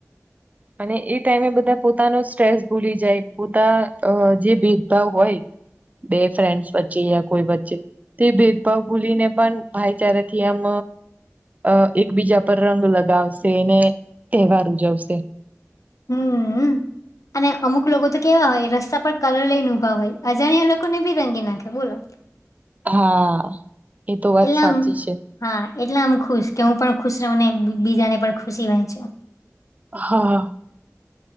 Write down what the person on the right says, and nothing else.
અને એ ટાઈમે બધા પોતાનો સ્ટ્રેસ ભૂલી જાય પોતા અ જે ભેદભાવ હોય. બે ફ્રેન્ડ્સ વચ્ચે યા કોઈ વચ્ચે તે ભેદભાવ ભૂલી ને પન ભાઈચારાથી આમ અ એકબીજા પર રંગ લગાવશે ને, તહેવાર ઉજવશે.
હા એ તો વાત
સાચી
છે
હા